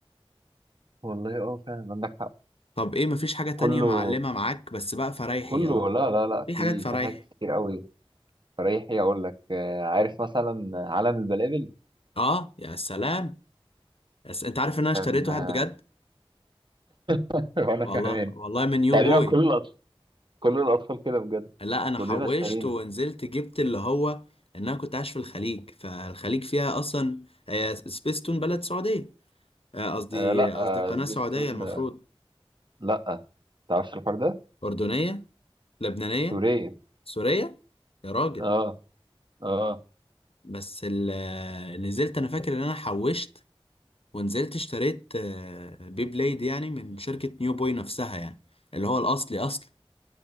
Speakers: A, on the right; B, on the left.
A: والله اه فعلا عندك حق
B: طب ايه مفيش حاجة تانية
A: كله
B: معلمة معاك بس بقى فرايحي
A: كله لا لا لا
B: في
A: في
B: حاجات فرايحي
A: في حاجات كتير قوي فريحي اقول لك آه، عارف مثلا عالم البلابل
B: اه يا سلام بس انت عارف ان انا اشتريت
A: كان
B: واحد
A: آه،
B: بجد
A: <laughs> وانا
B: والله
A: كمان
B: والله من يو
A: تقريبا
B: بوي
A: كل الاطفال كل الاطفال كده بجد
B: لا انا
A: كلنا
B: حوشت
A: اشترينا
B: ونزلت جبت اللي هو ان انا كنت عايش في الخليج فالخليج فيها اصلا هي سبيستون بلد سعوديه آه، قصدي
A: آه لا
B: قصدي قناه
A: آه سبيستون
B: سعوديه المفروض
A: آه لا تعرفش الحوار ده
B: اردنيه لبنانيه
A: سورية
B: سوريه يا راجل
A: اه اه
B: بس ال- آه، نزلت انا فاكر ان انا حوشت ونزلت اشتريت آه، بي بليد يعني من شركه نيو بوي نفسها يعني اللي هو الاصلي اصلي